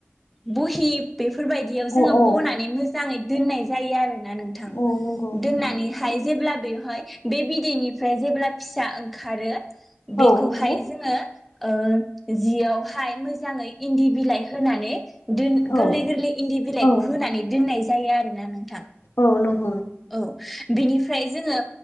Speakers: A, in the centre; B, on the left (about 75°).
A: बहि बेफोरबायदियाव
B: औ
A: जोङो
B: औ
A: बनानै मोजां मोजाङै दोननाय जायो आरो ना नोंथां
B: औ नंगौ नंगौ
A: दोननानैहाय जेब्ला बेवहाय बे बिदैनिफ्राय जेब्ला फिसा ओंखारो बेखौहाय
B: औ नंगौ
A: जोङो ओ जियावहाय मोजाङै इन्दि बिलाइ होनानै दोन
B: औ
A: गोरलै गोरलै इन्दि बिलाइखौ
B: औ
A: होनानै दोननाय जायो आरो ना नों
B: औ नं
A: औ बिनिफ्राय जोङो